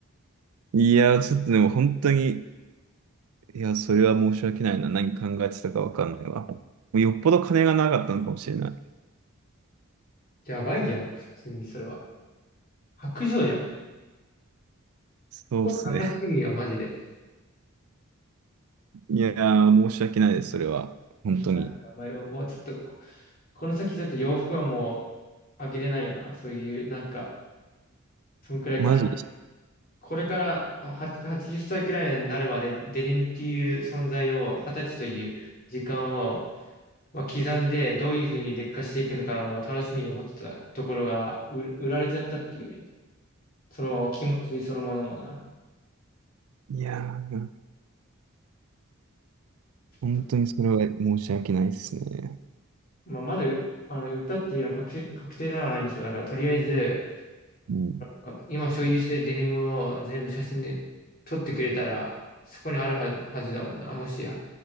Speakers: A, on the right (about 75°); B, on the left (about 40°).
A: いや、ちょっとでも本当に、いや、それは申し訳ないな。何考えてたかわかんないわ。もうよっぽど金がなかったのかもしれない。
B: やばいやん、普通にそれは。白状じゃん。
A: そうっすね。
B: 心なさすぎるやん、マジで。
A: <laughs> いやー、申し訳ないです、それは。本当に。
B: いいな、やばいわ。もうちょっとこ、この先ちょっと洋服はもうあげれないよな。そういう、なんか、そんくらい悲しい。
A: マジで。
B: これからあは80歳くらいになるまでデニムっていう存在を、20歳という時間を、まあ、刻んで、どういうふうに劣化していくのかの楽しみに思ってたところが、売売られちゃったっていうね。その気持ちそのものもな。
A: いやー、本当にそれは申し訳ないですね。
B: とまあ、まだ、あの、売ったっていうのは確定、確定ではないんでしょう。だから、とりあえず、
A: うん、
B: あ今所有してるデニムを全部写真で撮ってくれたら、そこにあるはず、はずだもんな。もし、